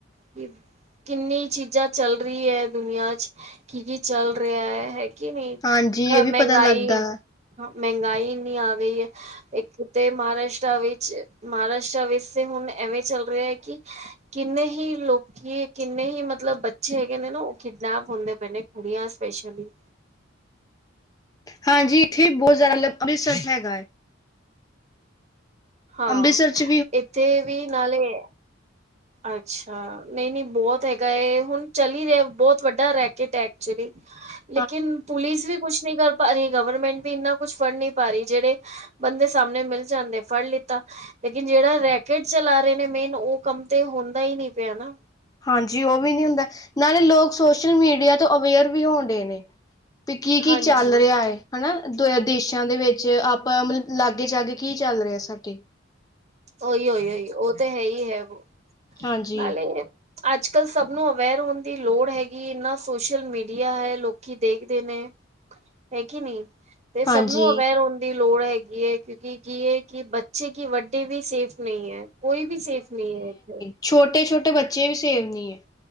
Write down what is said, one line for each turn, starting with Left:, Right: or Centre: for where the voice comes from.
Right: ਕੀ ਕਿੰਨੀ ਚੀਜ਼ਾਂ ਚੱਲ ਰਹੀ ਹੈ, ਦੁਨੀਆਂ'ਚ ਕੀ-ਕੀ ਚੱਲ ਰਿਹਾ ਹੈ। ਕਿ ਨਹੀਂ,
Left: ਹਾਂਜੀ ਇਹ ਵੀ
Right: ਮਹਿੰਗਾਈ,
Left: ਪਤਾ ਲੱਗਦਾ
Right: ਹ ਮਹਿੰਗਾਈ ਇਹਨੀ ਆ ਗਈ ਹੈ। ਇੱਕ ਤੇ ਮਹਾਰਾਸ਼ਟਰਾ ਵਿੱਚ, ਮਹਾਰਾਸ਼ਟਰਾ ਵਿੱਚ ਤੇ ਹੁਣ ਐਵੇਂ ਚੱਲ ਰਿਹਾ ਹੈ, ਕਿ ਕਿੰਨੇ ਹੀ ਲੋਕ ਕਿ, ਕਿੰਨੇ ਹੀ ਮਤਲਬ ਬੱਚੇ ਹੈਗੇ ਨੇ ਨਾ ਉਹ ਕਿਡਨੈਪ ਹੁੰਦੇ ਪਏ ਨੇ, ਕੁੜੀਆਂ ਸਪੈਸ਼ਲੀ
Left: ਹਾਂਜੀ, ਇੱਥੇ ਬਹੁਤ ਜ਼ਿਆਦਾ ਲਬ ਅੰਤਸਰ ਹੈਗਾ ਏ।
Right: ਹਾਂ,
Left: ਅੰਮ੍ਰਿਤਸਰ ਚ
Right: ਇੱਥੇ ਵੀ ਨਾਲੇ
Left: ਹ।
Right: ਅੱਛਾ। ਨਹੀਂ-ਨਹੀਂ ਬਹੁਤ ਹੈਗਾ ਏ, ਹੁਣ ਚੱਲ ਹੀ ਰਿਹਾ ਬਹੁਤ ਵੱਡਾ ਰੈਕੇਟ ਹੈ, ਐਕਚੁਲੀ।
Left: <inaudible>
Right: ਲੇਕਿਨ ਪੁਲਿਸ ਵੀ ਕੁਛ ਨਹੀਂ ਕਰ ਪਾ ਰਹੀ, ਗਵਰਮੈਂਟ ਵੀ ਇਨਾ ਕੁਛ ਫੜ ਨਹੀਂ ਪਾ ਰਹੀ। ਜਿਹੜੇ ਬੰਦੇ ਸਾਹਮਣੇ ਮਿਲ ਜਾਂਦੇ, ਫੜ ਲਿੱ ਤਾ ਲੇਕਿਨ ਜਿਹੜਾ ਰੈਕੇਟ ਚਲਾ ਰਹੇ ਨੇ ਮੇਨ, ਉਹ ਕੰਮ ਤੇ ਹੁੰਦਾ ਹੀ ਨਹੀਂ ਪਿਆ ਨਾ।
Left: ਹਾਂਜੀ ਉਹ ਵੀ ਨਹੀਂ ਹੁੰਦਾ, ਨਾਲੇ ਲੋਕ ਸੋਸ਼ਲ-ਮੀਡੀਆ ਤੋਂ ਅਵੇਅਰ ਵੀ ਹੋਣਡੇ ਨੇ। ਤੇ, ਕੀ-ਕੀ
Right: ਹਾਂਜੀ
Left: ਚੱਲ ਰਿਹਾ ਏ। ਹਨਾ ਦ, ਦੇਸ਼ਾਂ ਦੇ ਵਿੱਚ ਆਪਾਂ, ਮਤਲਬ ਲਾਗੇ-ਚਾਗੇ ਕੀ ਚੱਲ ਰਿਹਾ ਆ ਸਾਡੇ।
Right: ਉਹੀ-ਉਹੀ-ਉਹੀ, ਉਹ ਤਾਂ ਹੈਹੀ ਹੈ,
Left: ਹਾਂਜੀ
Right: ਨਾਲੇ ਅੱਜ-ਕੱਲ ਸਭ ਨੂੰ ਅਵੇਅਰ ਹੋਣ ਦੀ ਲੋੜ ਹੈਗੀ ਏ, ਇੰਨਾ ਸੋਸ਼ਲ-ਮੀਡੀਆ ਹੈ, ਲੋਕ ਲੋਕੀ ਦੇਖਦੇ ਨੇ, ਹੈ, ਕੀ ਨਹੀਂ। ਤੇ ਸਭ
Left: ਹਾਂਜੀ
Right: ਨੂੰ ਅਵੇਅਰ ਹੋਣ ਦੀ ਲੋੜ ਹੈਗੀ ਹੈ, ਕਿਉਂਕਿ ਕੀ ਏ, ਕਿ ਬੱਚੇ ਕੀ, ਵੱ ਵੱਡੇ ਵੀ ਸੇਫ ਨਹੀਂ ਹੈ, ਕੋਈ ਵੀ ਸੇਫ ਨਹੀਂ ਹੈ, ਇੱਥੇ।
Left: ਛੋਟੇ-ਛੋਟੇ ਬੱਚੇ ਵੀ, ਸੇਫ ਨਹੀਂ ਹੈ।